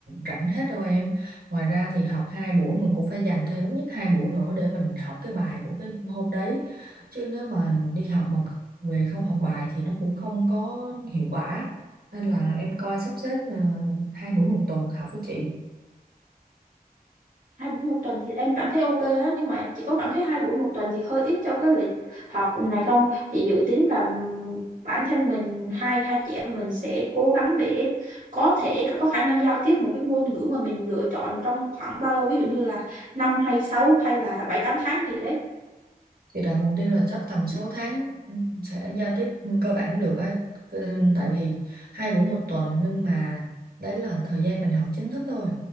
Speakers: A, on the right; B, on the right.
A: rảnh hết đâu em. Ngoài ra thì học 2 buổi mình cũng phải dành thêm ít nhất 2 buổi nữa để mình học cái bài của cái hôm đấy. Chứ nếu mà đi học mà về không học bài thì nó cũng không có hiệu quả. Nên là em coi sắp xếp ờ, 2 buổi một tuần học với chị.
B: hai buổi một tuần thì em cảm thấy ok á nhưng mà chị có cảm thấy hai buổi một tuần thì hơi ít cho cái lịch học này không chị dự tính là ừm, bản thân mình hai hai chị em mình sẽ cố gắng để có thể có khả năng giao tiếp một cái ngôn ngữ mà mình lựa chọn trong khoảng bao lâu ví dụ như là năm hay sáu hay là bảy tám tháng gì đấy
A: Thì đặt mục tiêu là chắc tầm 6 tháng ừ, sẽ giao tiếp cơ bản được ấy. Cứ- ừ, Tại vì hai buổi một tuần nhưng mà đấy là thời gian mình học chính thức thôi.